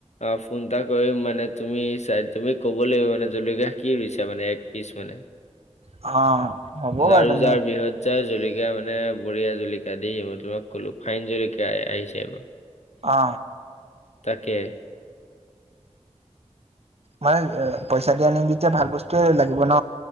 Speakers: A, on the left; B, on the right.
A: অ ফোন এটা কৰিম মানে, তুমি চাই তুমি ক'ব লাগিব মানে জলকীয়া কি ৰুইছা মানে এক পিচ মানে।
B: অ। হ'ব
A: জাৰু
B: বাৰু
A: যাৰ
B: মই
A: বিহৎ। জাৰ জলকীয়া মানে বঢ়িয়া জলকীয়া দেই মই তোমাক কলো ফাইন জলকীয়া আহিছে এইবাৰ।
B: অ।
A: তাকে
B: মানে এ পইচা দি আনিম যেতিয়া ভাল বস্তুৱে লাগিব ন।